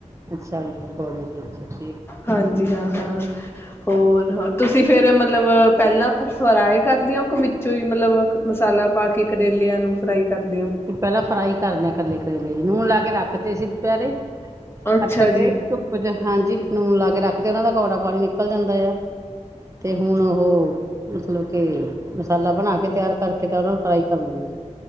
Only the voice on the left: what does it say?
ਹਾਂਜੀ ਹਾਂ ਹਾਂ, ਹੋਰ ਤੁਸੀਂ ਫੇਰ ਮਤ ਲਬ ਪੈਲਾਂ ਆਪ ਫਰਾਈ ਕਰਦੇ ਓ ਕਿ ਵਿੱਚੋਂ ਈ ਮਤਲਬ ਮਸਾਲਾ ਪਾ ਕੇ ਕਰੇਲਿਆਂ ਨੂੰ ਫਰਾਈ ਕਰਦੇ ਓ?
ਅੱਛਾ
ਜੀ।